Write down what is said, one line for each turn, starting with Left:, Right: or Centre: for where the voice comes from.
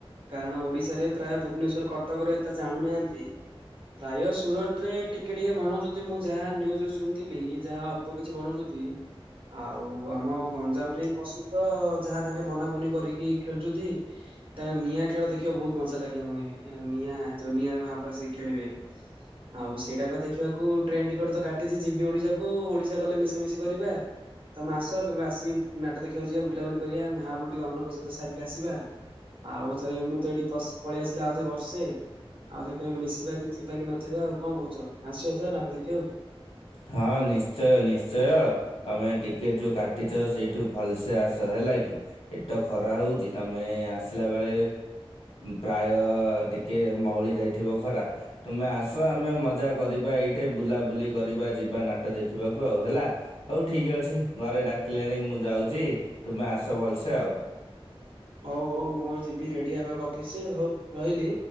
Right: କାରଣ ଓଡିଶାରେ ପ୍ରାୟ ଭୁବନେଶ୍ଵର କଟକ ରେ ଏତେ ଜାଣୁ ନାହାନ୍ତି। ପ୍ରାୟ ସୁରଟ ରେ ଟିକେ ଟିକେ ମନ ଯଦି ମୁଁ ଯାହା ନ୍ୟୁଜ ରୁ ଶୁଣିଥିଲି ଯାହା ଅଳ ଅଳ୍ପ କିଛି ବନଉଛନ୍ତି। ଆଉ ଆମ ଗଞ୍ଜାମରେ ହିଁ ପ୍ରସିଦ୍ଧ ଯାହା ତାଙ୍କେ ବନା ବୁନି କରିକି ଖେଳୁଛନ୍ତି। ତାଙ୍କ ନିଆଁ ଖେଳ ଦେଖିବ ବହୁତ ମଜା ଲାଗେ ଆମେ ନିଆଁ ଯୋଉ ନିଆଁରେ ମହାପ୍ରଭୁ କହିକି ଖେଳିବେ। ଆଉ ସେଇଟାକ ଦେଖିବାକୁ ଟ୍ରେନ ଟିକେଟ ତ କାଟିଛି ଯିବି ଓଡିଶାକୁ ଓଡିଶା ଗଲେ ମିଶାମିଶି କରିବା। ତମେ ଆସ କେବେ ଆସି ନାଟ ଦେଖିବାକୁ ଯିବା ବୁଲାବୁଲି କରିବା ମହାପ୍ରଭୁ ଟିକେ ଅନ୍ନ ପ୍ରସାଦ ସାରିକି ଆସିବା। ଆଉ ଥରେ ମୁଁ ତ ଏଠି ପସ ପଳେଇ ଆସିଲେ ଆଉଥରେ ବର୍ଷେ। ଆଉ ସେତେ ବେଳେ ମିଶିବା କି ଥିବା କି ନଥିବା ଆଉ କଣ କହୁଛ ଆସିବା ତ ନାଟ ଦେଖିବାକୁ।
Left: ହଁ ନିଶ୍ଚୟ ନିଶ୍ଚୟ। ତମେ ଟିକେଟ୍ ଯୋଉ କାଟିଛ ସେଇଠୁ ଭଲସେ ଆସ ହେଲା କି। ଏଠି ତ ଖରା ହଉଛି ତମେ ଆସିଲା ବେଳେ। ପ୍ରାୟ ଟିକେ ମଉଳି ଯାଇଥିବ ଖରା। ତୁମେ ଆସ ଆମେ ମଜା କରିବା ଏଇଠେ ବୁଲାବୁଲି କରିବା। ଯିବା ନାଟ ଦେଖିବାକୁ ଆଉ ହେଲା। ହଉ ଠିକ୍ ଅଛି ଘରେ ଡାକିଲେଣି ମୁଁ ଯାଉଛି ତୁମେ ଆସ ଭଲସେ ଆଉ।
Right: ହଉ ହଉ ମୁଁଉ ଯିବି ରେଡି ହେବାକୁ ଅଫିସ ହଉ ରହିଲି।